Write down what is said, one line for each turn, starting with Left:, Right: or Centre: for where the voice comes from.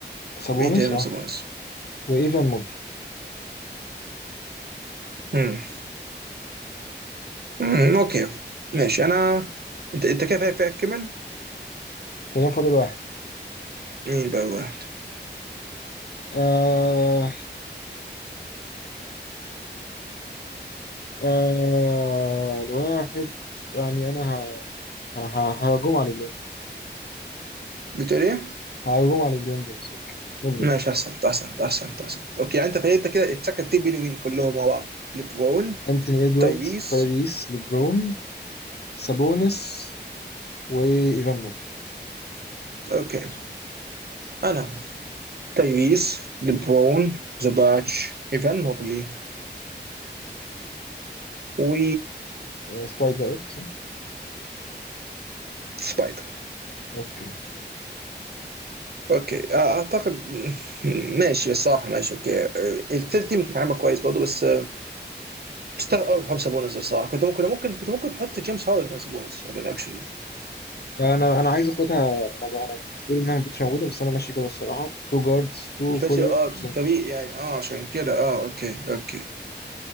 Left: سابونس
Right: ايه تاني غير
Left: اه
Right: سبونس؟
Left: وايفان موبلي
Right: امم أمم، اوكي ماشي انا انت انت كده فريقك فريقك كمل
Left: تمام فاضل واحد
Right: مين بقى واحد
Left: آه آه الواحد يعني انا ه- ه- ه- ههجوم على ليبرون جيمس
Right: بتقول ايه؟
Left: ههجوم على ليبرون جيمس اوكي نبرد
Right: ماشي احسنت احسنت احسنت احسنت اوكي يعني انت فريق- انت كده اتسكت تيم بيني وبيني كلهم مع بعض ليبرون
Left: انتوني ادواردز
Right: تايبيس
Left: تايريس ليبرون سابونس وايفان موبلي
Right: اوكي انا تايريس لبرون ذا باتش ايفان موبلي و
Left: آه، سباي ده قلت صح؟
Right: سبايدر
Left: اوكي
Right: اوكي اعتقد <laughs> ماشي الصراحه ماشي اوكي آه، الثيرد تيم كان عامل كويس برضه بس تستغرب قوي حب سابونز الصراحه كنت ممكن ممكن كنت ممكن تحط جيمس هاردن مكان سابونز اكشلي
Left: انا انا عايز اخدها انا بقى انا يعني انت بتقول انها ما كنتش موجوده بس انا ماشي كده الصراحه تو جاردز تو
Right: انت
Left: فوروردز
Right: شيء اه
Left: وسنتر
Right: فريق يعني اه عشان كده اه اوكي اوكي